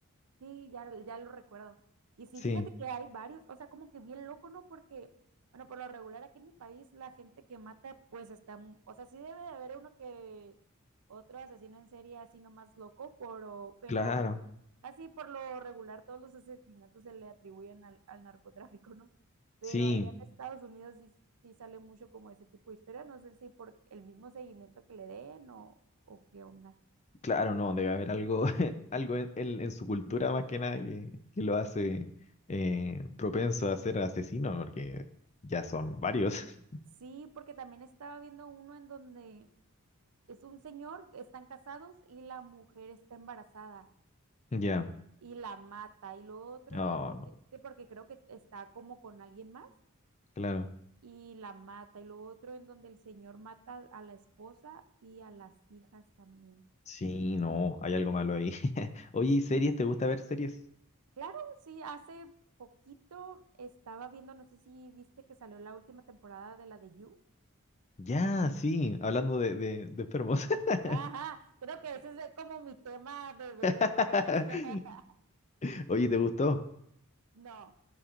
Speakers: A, on the right; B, on the left.
A: Sí, ya, ya lo recuerdo. Y sí,
B: Sí,
A: fíjate que hay varios, o sea, como que bien loco, ¿no? Porque, bueno, por lo regular aquí en mi país la gente que mata, pues está, mu- o sea, sí debe de haber uno que otro asesino en serie así nomás loco, pero, pero
B: claro,
A: casi por lo regular todos los asesinatos se le atribuyen al, al narcotráfico, ¿no? Pero
B: sí.
A: allá en Estados Unidos sí, sí sale mucho como ese tipo de historia, no sé si por el mismo seguimiento que le den o, o qué onda.
B: Claro, no, debe haber algo, <laughs> algo en, en- en su cultura más que nada que, que lo hace eh, propenso a ser asesino, porque ya son varios. <laughs>
A: Sí, porque también estaba viendo uno en donde es un señor, están casados y la mujer está embarazada
B: Ya,
A: y la mata y lo otro
B: no,
A: en donde,
B: no,
A: que porque creo que está como con alguien más
B: claro.
A: y la mata y lo otro en donde el señor mata a la esposa y a las hijas también.
B: Sí, no, hay algo malo ahí. <laughs> Oye,
A: Sí,
B: ¿y series? ¿Te gusta ver series?
A: claro, sí, hace poquito estaba viendo, no sé si viste que salió la última temporada de la de You.
B: Ya, sí, hablando de, de, de enfermos. <laughs>
A: Ajá, creo que ese es como mi tema de ver
B: <laughs>
A: cosas. <laughs>
B: Oye, ¿te gustó?
A: No,